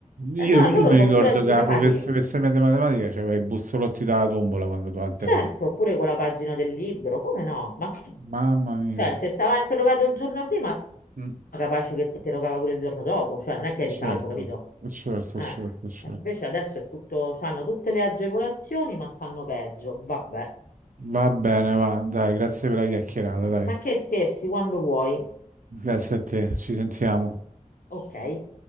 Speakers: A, on the right; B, on the left.
A: Io,
B: Eh no,
A: io
B: loro
A: mi
B: sono
A: ricordo
B: pure agitati.
A: che la professoressa mia di matematica c'aveva i bussolotti dalla tombola quando tu interrogavi.
B: E certo, pure con la pagina del libro, come no? Ma che-
A: Mamma mia.
B: cioè, se ti aveva interrogato il giorno prima,
A: Mm,
B: capace che ti interrogava pure il giorno dopo, cioè non è che
A: eh,
B: eri
A: Certo,
B: salvo, capito?
A: eh, certo,
B: Eh,
A: eh, certo, eh, certo.
B: invece adesso è tutto, hanno tutte le agevolazioni, ma fanno peggio. Vabbè,
A: Va bene, va. Dai, grazie per la chiacchierata, dai.
B: ma che scherzi quando vuoi.
A: Grazie a te, ci sentiamo.
B: Ok.